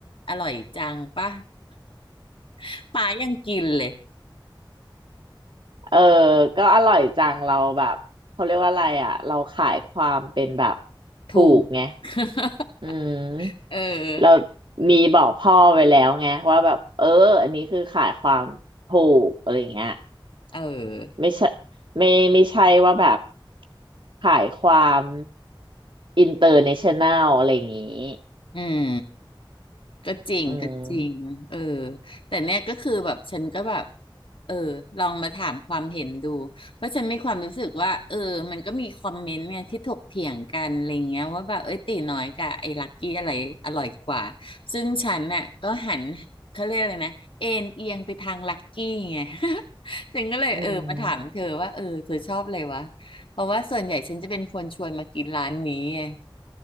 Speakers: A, on the left; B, on the right.
A: อร่อยจังป่ะ <laughs> ป้ายังกินเลย
B: เออ ก็อร่อยจังเราแบบเขาเรียกว่าอะไรอ่ะเราขายความเป็นแบบถูกไง
A: ถูก <laughs>
B: อืมเรา
A: เออ
B: มีบอกพ่อไว้แล้วไงว่าแบบเอออันนี้คือขายความถูกอะไรอย่างเงี้ย
A: เออ
B: ไม่ใช่ไม่ไม่ใช่ว่าแบบขายความอินเตอร์เนชั่นแนลอะไรอย่างงี้
A: อืม ก็จริงก็จริงเออ
B: อืม
A: แต่เนี่ยก็คือแบบฉันก็แบบเออลองมาถามความเห็นดูเพราะฉันมีความรู้สึกว่าเออมันก็มีคอมเมนต์ไงที่ถกเถียงกันอะไรเงี้ยว่าแบบเอ้ยตีน้อยกับไอ้ลักกี้อะไรอร่อยกว่าซึ่งฉันน่ะก็หันเขาเรียกอะไรนะเอ็นเอียงไปทางลักกี้ไง <laughs> ฉันก็เลยเออมาถามเธอว่าเออเธอชอบอะไรวะ
B: อืม
A: เพราะว่าส่วนใหญ่ฉันจะเป็นคนชวนมากินร้านนี้ไง